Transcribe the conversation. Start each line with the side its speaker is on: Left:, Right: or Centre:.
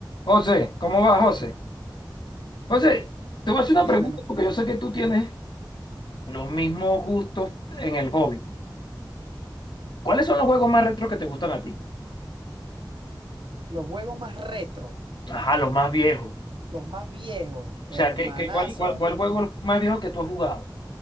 Left: José, ¿cómo va, José? José, te voy a hacer una
Right: Dímelo,
Left: pregunta porque yo sé que tú tienes los mismos gustos en el hobby. ¿Cuáles son los juegos más retros que te gustan a ti?
Right: los juegos más retro,
Left: Ajá, los más viejos.
Right: los más viejos, hermanazo,
Left: O sea, ¿qué, qué- cuál, cuál, cuál juego es el más viejo que tú has jugado?